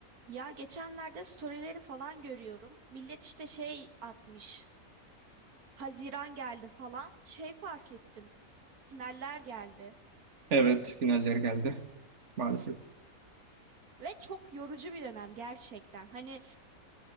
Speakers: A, on the right; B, on the right.
A: Ya geçenlerde storyleri falan görüyorum. Millet işte şey atmış. Haziran geldi falan. Şey fark ettim. Finaller geldi.
B: Evet, finaller geldi maalesef.
A: Ve çok yorucu bir dönem gerçekten. Hani